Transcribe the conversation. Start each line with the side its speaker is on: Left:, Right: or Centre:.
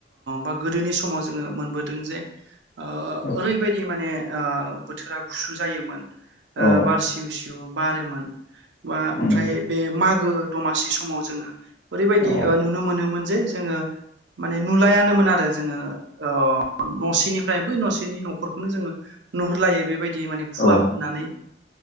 Right: बा गोदोनि समाव जोङो मोनबोदों जे ओ
Left: औ
Right: ओरैबायदि माने ओ बोथोरा गुसु जायोमोन ओ
Left: औ
Right: बार सिव सिव जु बारोमोन बा
Left: उम
Right: ओमफ्राय बे मागो दमासि समाव जोङो। ओरैबायदि
Left: औ
Right: नुनो मोनोमोन जे जोङो माने नुलायानोमोन आरो जोङो ओअ न'सेनिफ्राय बै न'सेनि न'खरखौनो जोङो नुहुरलायो बेबायदि माने खुवा
Left: औ
Right: खुनानै